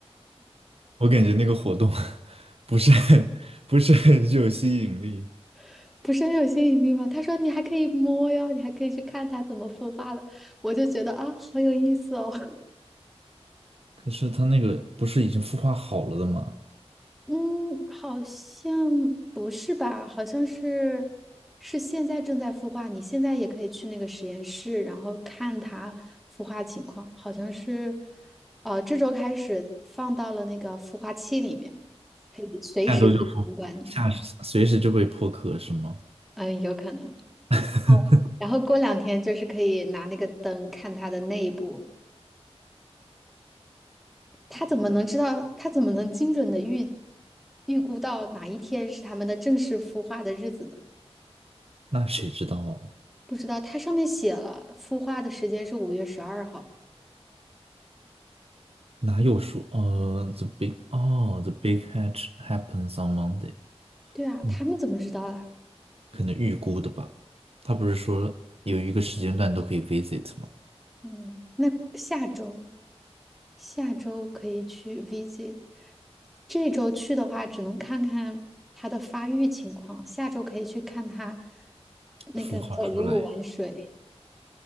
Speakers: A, on the right; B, in the centre.
A: 我感觉那个活动 <laughs> 不是很不是很具有吸引力，
B: <laughs> 不是很有吸引力吗？他说你还可以摸哟，你还可以去看它怎么孵化的，我就觉得啊，好有意思哦。<laughs>
A: 可是他那个不是已经孵化好了的吗？
B: 嗯，好像不是吧？好像是是现在正在孵化，你现在也可以去那个实验室，然后看它孵化情况。好像是，哦，这周开始放到了那个孵化器里面，可以随时去参观。
A: 下周就不下随时就会破壳是吗？
B: 嗯，有可能。
A: <laughs>
B: 哦，然后过两天就是可以拿那个灯看它的内部，他怎么能知道？他怎么能精准的预预估到哪一天是他们的正式孵化的日子呢？
A: 那谁知道？
B: 不知道，它上面写了孵化的时间是五月十二号。
A: 哪有说呃，the big 哦，the big hatch happens on Monday。
B: 对啊，
A: 嗯，
B: 他们怎么知道的？
A: 可能预估的吧。他不是说有一个时间段都可以 visit 吗？
B: 嗯，那下周下周可以去 visit，这周去的话只能看看它的发育情况，下周可以去看它那个走路玩水。
A: 孵化出来。